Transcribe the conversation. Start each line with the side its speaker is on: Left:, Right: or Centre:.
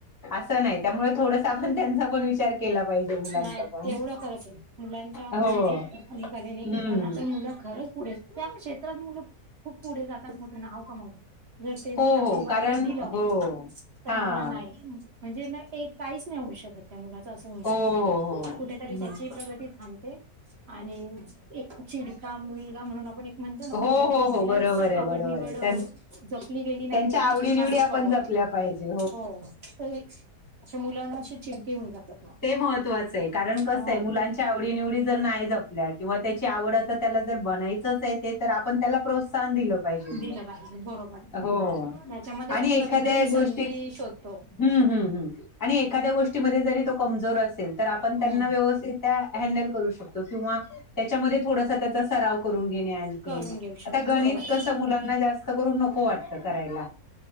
Left: असं नाही त्यामुळे थोडस आपण त्यांचा पण विचार केला पाहिजे मुलांचा
Right: नाही
Left: पण
Right: तेवढं खरच आहे मुलांच्या आवडीने
Left: हो
Right: आणि कलेने
Left: हम्म
Right: घेतलं ना तर मुलं खरंच पुढे त्या क्षेत्रात मुलं खूप पुढे जाताततं नाव कमावतं जर तेच
Left: हो
Right: जर आपण
Left: हो
Right: बर्डन
Left: कारण
Right: दिलं
Left: हो
Right: तर
Left: हा
Right: मुलं नाही म्हणजे न एक काहीच नाही होऊ शकत त्या मुलाच असं होऊन
Left: हो हो
Right: जात.
Left: हो
Right: कुठेतरी त्याची
Left: हम्म
Right: प्रगती थांबते आणि एक चीड का मुलगा म्हणून आपण एक म्हणतो ना
Left: हो
Right: की ज्याच्या
Left: हो
Right: कुठल्याच
Left: हो बरोबर आहे
Right: आवड,
Left: बरोबर
Right: निवड
Left: आहे त्यां
Right: जपली गेली नाहीये
Left: त्यांच्या
Right: ना
Left: आवडीनिवडी
Right: असं
Left: आपण
Right: स्वभावतो.
Left: जपल्या पाहिजे
Right: हो तर ही अशी मुलांना अशी चिडकी हुन जातात मग.
Left: ते महत्वाचं आहे कारण कसं
Right: हो
Left: आहे मुलांच्या आवडी, निवडी जर नाही जपल्या किंवा त्याची आवडत त्याला जर बनायच चच आपण त्याला प्रोत्सान दिलं पाहिजे मग
Right: दिलं पाहिजे बरोबर.
Left: हो.
Right: त्याच्यामध्येच
Left: आणि
Right: तो
Left: एखाद्या
Right: नवीन नवीन संधी
Left: गोष्टी
Right: शोधतो.
Left: हम्म, हम्म आणि एखाद्या गोष्टीमध्ये जरी तो कमजोर असेल तर आपण त्यांना
Right: हम्म
Left: व्यवस्थित हँडल करू शकतो किंवा त्याच्यामध्ये थोडासा त्याचा सराव करून घेणे आणखी
Right: करून घेऊ
Left: आता
Right: शकतो
Left: गणित
Right: बरोबर आहे बरोबर.
Left: कस मुलांना जास्त. नको वाटत करायला